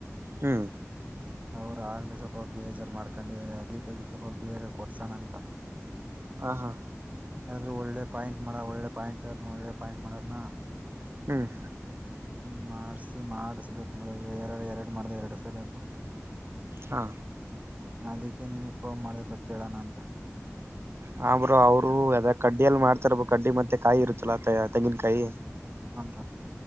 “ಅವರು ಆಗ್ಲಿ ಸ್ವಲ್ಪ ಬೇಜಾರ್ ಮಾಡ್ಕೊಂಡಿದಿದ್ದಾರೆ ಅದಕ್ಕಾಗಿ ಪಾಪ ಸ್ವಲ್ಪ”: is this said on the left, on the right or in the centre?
Right